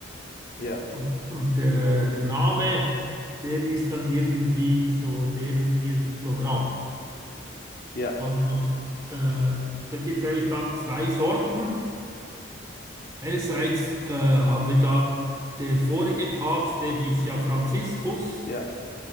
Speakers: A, on the left; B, on the right.
A: Ja,
B: Und, und der, äh, der Name, der ist dann irgendwie so deren ihr Programm.
A: ja,
B: Also äh, da gibt es eigentlich dann zwei Sorten. Einerseits äh, haben wir da der vorige Papst, der hieß ja Franziskus
A: ja,